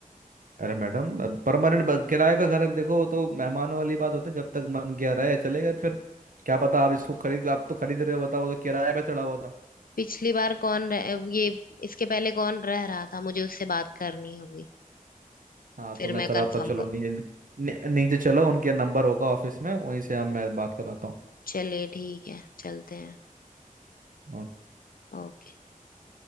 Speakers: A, on the right; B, on the left.
A: अरे मैडम परमानेंट किराए का घर देखो तो मेहमानों वाली बात होती है जब तक मन किया रहे चले गए फिर क्या पता आप इसको खरीद आप तो खरीद रहे हो बताओ तो किराए पे चढ़ा हुआ था
B: पिछली बार कौन रह, ये इसके पहले कौन रह रहा था मुझे उससे बात करनी होगी
A: हाँ
B: फिर
A: तो मैं
B: मैं
A: कराता
B: कंफर्म
A: चलो
B: कर
A: नीचे नी- नीचे चलो उनके नंबर होगा ऑफिस में वहीं से हम मैं बात कराता
B: चलिए ठीक है चलते हैं
A: हूँ
B: ओके